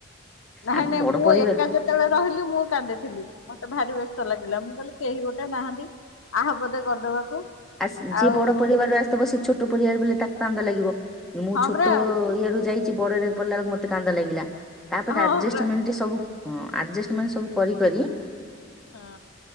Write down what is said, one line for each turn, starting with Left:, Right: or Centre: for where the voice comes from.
Left: ନାଇଁ
Centre: ଆମ
Left: ନାଇଁ
Centre: ବଡ
Left: ମୁଁ
Centre: ପରିବାର
Left: ଏକା ଯେତେବେଳେ ରହିଲି ମୁଁ କାନ୍ଦିଥିଲି ମ ତେ ଭାରି ବ୍ୟସ୍ତ ଲାଗିଲା ମୁଁ କହିଲି କେହି ଗୋଟେ ନାହାନ୍ତି ଆହା ପଦେ କରିଦବାକୁ।
Centre: ଆସ ଯିଏ
Left: ଆଉ
Centre: ବଡ ପରିବାରରେ ଆସିଥିବ ସେ ଛୋଟ ପରିବାର ବଲେ ତାକୁ କାନ୍ଦ ଲାଗିବ। ମୁଁ
Left: ହଁ
Centre: ଛୋଟ
Left: ପରା
Centre: ଇଏ ରୁ ଯାଇଛି ବଡରେ ପଡିଲା ବେଳକୁ ମତେ କାନ୍ଦ ଲାଗିଲା। ତାପରେ
Left: ହଁ
Centre: ଆଡଜଷ୍ଟମେଣ୍ଟ,
Left: ପରା
Centre: ସବୁ ହଁ ଆଡଜଷ୍ଟମେଣ୍ଟ ସବୁ କରି କରି
Left: ହଁ